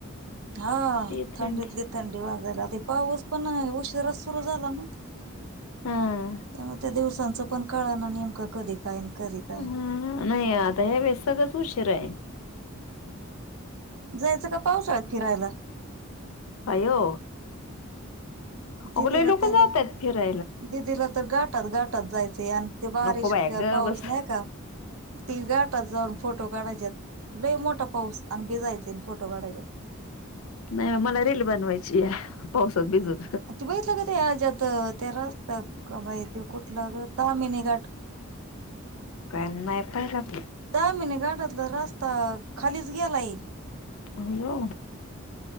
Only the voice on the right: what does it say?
हा
थंडीतली थंडी वाजायला पाऊस पण उशिरा सुरु झाला ना
त्यामुळे त्या दिवसांचं पण कळ ना नेमका कधी काय कधी काय.
जायचं का पाऊसळत फिरायला
दिदीला
तर
दिदीला तर गाटात गाटात जायचे आणि ते बारीिश
का
पाऊस
नाही का तिघाटात जाऊन फोटो काढाच्यात लय मोठा पाऊस आणि भिजायच फोटो काढायच्यात
ते बघितलं का ते आजत त्यारा तर बा ते कुठलं ग तमिनीघाट
दहामने घाटातला रस्ता खालीच गेलाय